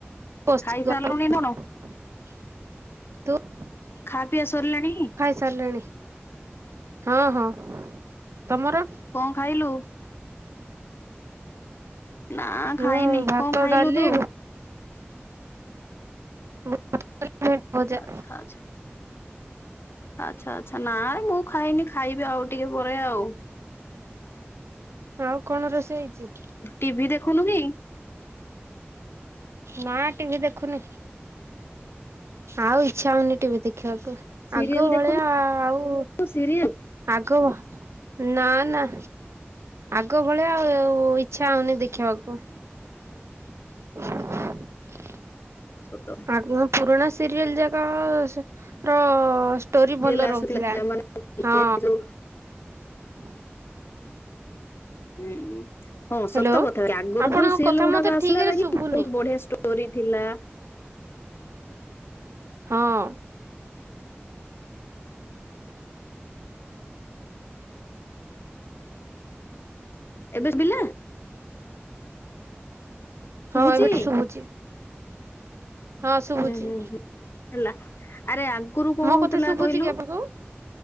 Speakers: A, on the right; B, on the left.
A: <unintelligible>
B: ଖାଇସାରିଲୁଣି ନା କଣ? ଖାଆ ପିଆ ସରିଲାଣି?
A: ସାରିଲାଣି ହଁ ହଁ ତମର?
B: କଣ ଖାଇଲୁ? ନା ଖାଇନି
A: ମୁଁ ଭାତ
B: କଣ ଖାଇଲୁ
A: ଡାଲି
B: ତୁ?
A: ଭେଣ୍ଡି ଭଜା
B: ଆଚ୍ଛା ଆଚ୍ଛା ଆଚ୍ଛା ଆଚ୍ଛା ନା ମୁଁ ଖାଇନି ଖାଇବି ଆଉ ଟିକେ ପରେ ଆଉ।
A: ଆଉ କଣ ରୋଷେଇ ହେଇଛି?
B: ଟିଭିି ଦେଖୁନୁ କି?
A: ନା ଟିଭି ଦେଖୁନି ଆଉ ଇଚ୍ଛା ହଉନି ଟିଭି ଦେଖିବାକୁ।
B: ସିରିଏଲ
A: ଆଗ ଭଳିଆ
B: ଦେଖୁନୁ
A: ଆଉ
B: ସିରିଏଲ
A: ଆଗ ନା ନା। ଆଗ ଭଳିଆ ଆଉ ଇଚ୍ଛା ହଉନି ଦେଖିବାକୁ।
B: <unintelligible>
A: <unintelligible>
B: ସତରେ
A: ଆଗୁଆଁ ପୁରୁଣା ସିରିଏଲ ଯାକ ର ଟୋରି
B: ସିରିଏଲ
A: ଭଲ
B: ଆସୁଥିଲା
A: ରହୁଥିଲା
B: ମାନେ
A: ହଁ।
B: ଯୋଉ
A: <unintelligible>
B: ଉଁ ହଁ
A: ହ୍ୟାଲୋ
B: ସତ କଥା ଭ ଆଗରୁ
A: ଆପଣଙ୍କ
B: ଯୋଉ ସିରିଏଲ
A: କଥା
B: ଗୁଡା
A: ମତେ
B: ଆସିଲା
A: ଠିକରେ
B: ବାକି
A: ଶୁଭୁନି
B: ବହୁତ ବଢିଆ <unintelligible> ଟୋରି ଥିଲା।
A: ହଁ।
B: ଏବେ ସୁବିଲା। ଶୁଭୁଛି
A: ହଁ ଏବେଠୁ ଶୁଭୁଛି। ହଁ ଶୁଭୁଛି
B: ହୁଁ ହୁଁ ହୁଁ ହେଲା ଆରେ ଆଗରୁ କ
A: ମୋ
B: ହଉଥିଲା
A: କଥା ଶୁଭୁଛି
B: କହିଲୁ?
A: କି ଆପଣଙ୍କୁ